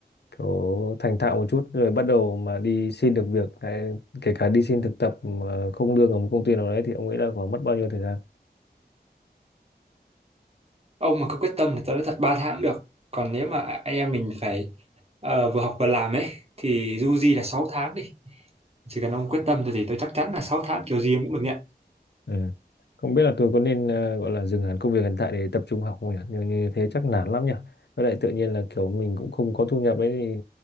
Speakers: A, on the left (about 80°); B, on the right (about 35°).
A: kiểu thành thạo một chút rồi bắt đầu mà đi xin được việc cái- kể cả đi xin thực tập mà không lương ở một công ty nào đấy thì ông nghĩ là khoảng mất bao nhiêu thời gian?
B: ông mà có quyết tâm thì tao nói thật 3 tháng cũng được còn nếu mà anh em mình phải ờ, vừa học vừa làm ấy thì du di là 6 tháng đi chỉ cần ông quyết tâm thì, thì tôi chắc chắn là 6 tháng kiểu gì ông cũng được nhận
A: Ừ. Không biết là tôi có nên ờ, gọi là dừng hẳn công việc hiện tại để tập trung học không nhỉ? Nhưng như thế chắc nản lắm nhỉ. Với lại tự nhiên là kiểu mình cũng không có thu nhập ấy thì,